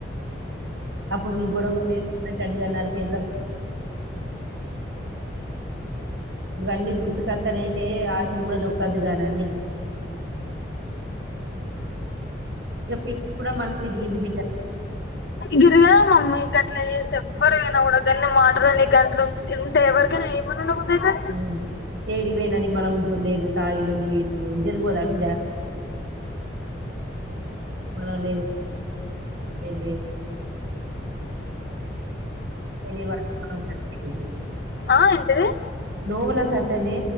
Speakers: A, on the right; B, on the left.
A: అప్పుడు మీ గొడవగడటుగా చంటి గాడు నా చేతిలోకి ఇవన్నీ గుర్తుకత్తనయితే ఆకులు కూడా దొక్కద్దు కానీ అన్ని ఇక ప ఇప్పుడా మనసు ఎదిగింది బిడ్డా
B: గిరిగద మమ్మీ గట్ల చేస్త ఎవ్వరుగైనా
A: ఉమ్,
B: కూడా గన్ని మాటలు గా గానీ గంట్లులుంచితే ఉంటే ఎవరికైనావ ఏమని అయితది
A: ఉమ్ ఎడికి పోయిన నిమ్మలం ఉంటుండ లేదు తాగి లొల్లి చేసుడు ఇజ్జత్ పొద బిడ్డా <inaudible> లేదు లేదు బిడ్డ <inaudible>
B: ఆ ఏంటిది
A: నోవల కోతనే